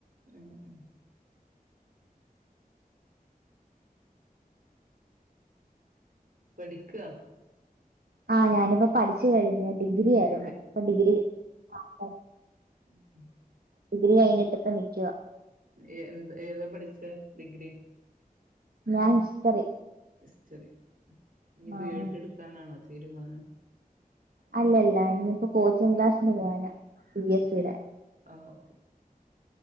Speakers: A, on the right; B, on the right.
A: ഉം ഉം പഠിക്ക
B: ആ ഞാനിപ്പോ പഠിച്ചു കഴിഞ്ഞ് ഡിഗ്രി ആയിരുന്നു
A: ഏ
B: ഇപ്പൊ ഡിഗ്രി <inaudible>
A: ഉം ഉം
B: ഡിഗ്രി കഴിഞ്ഞിട്ട് ഇപ്പ നിക്ക്വ
A: എ എന്താ ഏതാ പഠിച്ചെ ഡിഗ്രി
B: ഞാൻ ഹിസ്റ്റ്ടറി
A: ഹിസ്റ്ററി ഇനി ബി
B: ആഹ്
A: എഡ് ഇടുക്കാനാണോ തീരുമാനം.
B: അല്ലല്ല ഇനിയിപ്പോ കോച്ചിങ് ക്ലാസ്സിന് പോവാന പി എസ് സി യുടെ
A: ആ okay